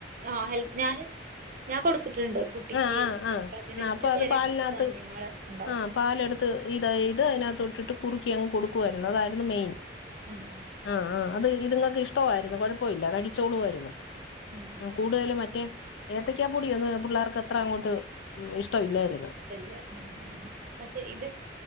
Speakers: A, on the right; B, on the left.
A: ആഹ് ഹെൽ ഞാന് ഞാൻ കൊടുത്തിട്ടുണ്ട് കുട്ടിക്ക്
B: ആ ആ ആ
A: പതിനഞ്ച്
B: ആ അപ്പൊ അത്
A: തരം
B: പാലിനകത്ത്
A: ധാന്യങ്ങള് ഉണ്ടാവും
B: ആ പാലെടുത്ത് ഇത് ഇത് അതിനകത്ത് ഇട്ടിട്ട് കുറുക്കി അങ്ങ് കൊടുക്കുവായിരുന്നു അതായിരുന്നു മെയിൻ
A: ഉം ഉം
B: ആഹ് ആഹ് അത് ഇതുങ്ങൾക്ക് ഇഷ്ടവമായിരുന്നു കുഴപ്പല്ല കഴിച്ചോളുയിരുന്നു
A: ഉം ഉം ഉം
B: ആ കൂടുതല് പ റ്റേ ഏത്തക്കാ പൊടിയങ് പിള്ളേർക്ക് എത്ര അങ്ങോട്ട് ഇഷ്ടല്ലായിര്ന്ന്
A: ഇല്ല ല്ല ഉ മറ്റേ ഇത്